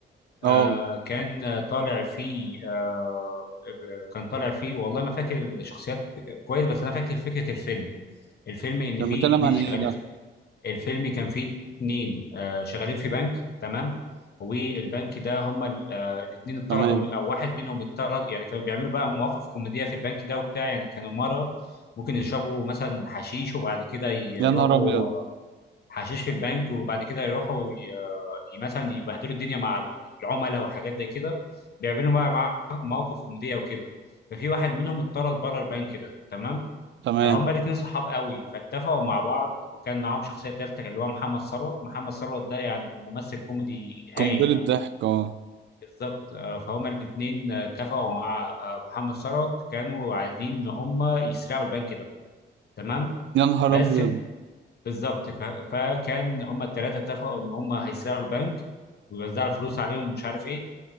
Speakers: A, on the left; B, on the right.
A: آه
B: اه
A: كان طالع فيه آه ب- كان طالع فيه والله ما فاكر الشخصيات كويس بس انا فاكر فكره الفيلم الفيلم ان
B: كان
A: فيه
B: بيتكلم
A: اتنين
B: عن
A: شغالين
B: ايه ده
A: في الفيلم كان فيه اتنين آه شغالين في بنك تمام والبنك ده هما ال- آه، الاتنين اتطردوا
B: تمام
A: م- او واحد منهم اتطرد يعني كانوا بيعملوا بقى مواقف كوميديه في البنك ده وبتاع يعني كانوا مره ممكن يشربوا مثلا حشيش وبعد كده يروحوا
B: يا نهار ابيض
A: حشيش في البنك وبعد كده يروحوا ي- ي- مثلا يبهدلوا الدنيا مع العملاء وحاجات زي كده بيعملوا بقى مع- مواقف كوميديه وكده ففي واحد منهم اتطرد بره البنك ده تمام
B: تمام
A: آه، هما الاثنين صحاب قوي فاتفقوا مع بعض وكان معاهم شخصيه ثالثه اللي هو محمد ثروت محمد ثروت ده يعني ممثل كوميدي
B: قنبلة
A: هايل يعني
B: ضحك اه
A: بالظبط آه، فهما الاثنين اتفقوا مع آه، محمد ثروت كانوا عايزين ان هما يسرقوا البنك ده تمام
B: يا نهار
A: بس
B: ابيض
A: بالظبط ف... فكان هم الثلاثه اتفقوا ان هم هيسرقوا البنك ويوزعوا الفلوس عليهم ومش عارف ايه